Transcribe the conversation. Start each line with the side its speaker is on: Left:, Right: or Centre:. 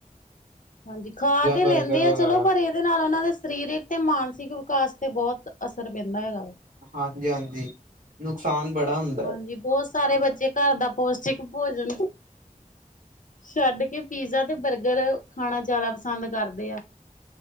Left: ਹਾਂਜੀ ਖਾ ਤੇ
Right: ਬਰਗਰ
Left: ਲੈਂਦੇ
Right: ਵਗੈਰਾ
Left: ਆ ਚਲੋ ਪਰ ਇਹ ਇਹਦੇ ਨਾਲ ਉਹਨਾਂ ਦੇ ਸਰੀਰਿਕ ਤੇ ਮਾਨਸਿਕ ਵਿਕਾਸ ਤੇ ਬਹੋਤ ਅਸਰ ਪੈਂਦਾ ਹੈਗਾ ਵਾ।
Right: ਹਾਂਜੀ ਹਾਂਜੀ। ਨੁਕਸਾਨ ਬੜਾ ਹੁੰਦ
Left: ਹਾਂਜੀ। ਬੋਤ ਸਾਰੇ ਬੱਚੇ ਘਰ ਦਾ ਪੋਸ਼ਟਿਕ ਭੋਜਨ ਛੱਡ ਕੇ ਪੀਜ਼ਾ ਤੇ ਬਰਗਰ ਖਾਣਾ ਜਾਦਾ ਪਸੰਦ ਕਰਦੇ ਆ।